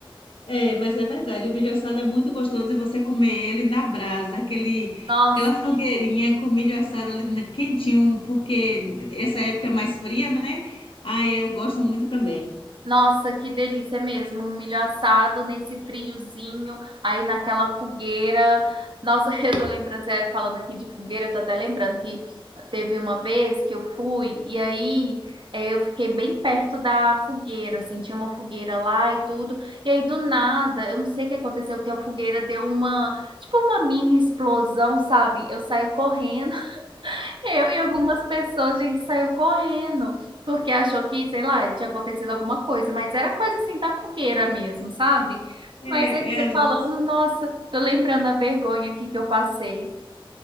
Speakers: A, on the left (about 70°); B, on the right (about 60°).
A: é, mas é verdade, o milho assado é muito gostoso e você comer ele na brasa, aquele,
B: Nossa.
A: aquela fogueirinha com milho assado ali na- quentinho, porque essa época é mais fria, né? Aí eu gosto muito também.
B: Nossa, que delícia mesmo, um milho assado nesse friozinho, aí naquela fogueira. Nossa, <laughs> eu tô lembrando, você falando aqui de fogueira, eu tô até lembrando que teve uma vez que eu fui e aí eh, eu fiquei bem perto da fogueira, assim, tinha uma fogueira lá e tudo. E aí do nada, eu não sei o que aconteceu, que a fogueira deu uma, tipo uma mini explosão, sabe? Eu saí correndo. Eu e algumas pessoas, a gente saiu correndo, porque achou que, sei lá, tinha acontecido alguma coisa, mas era coisa assim da fogueira mesmo, sabe?
A: É,
B: Mas é que você
A: é, às
B: falando,
A: vezes,
B: nossa, tô lembrando a vergonha aqui que eu passei.